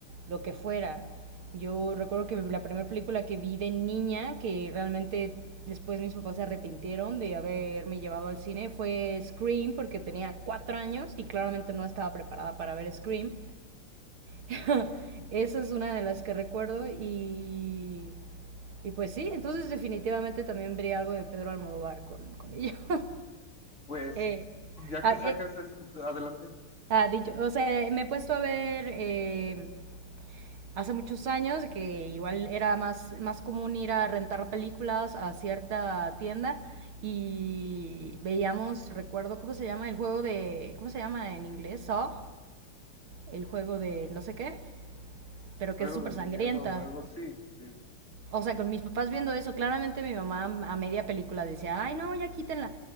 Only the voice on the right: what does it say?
lo que fuera. Yo recuerdo que la primera película que vi de niña, que realmente después mis papás se arrepintieron de haberme llevado al cine, fue Scream, porque tenía cuatro años y claramente no estaba preparada para ver Scream. <laughs> Esa es una de las que recuerdo y, y pues sí, entonces definitivamente también vería algo de Pedro Almodóvar con, con ello. <laughs>
Eh,
ah,
eh,
ah, dicho, o sea, me he puesto a ver... eh, hace muchos años, que igual era más, más común ir a rentar películas a cierta tienda y veíamos, recuerdo, ¿cómo se llama? El juego de, ¿cómo se llama en inglés? Saw, el juego de no sé qué, pero
que es súper
sangrienta.
O sea, con mis papás viendo eso, claramente mi mamá a media película decía, ay no, ya quítenla,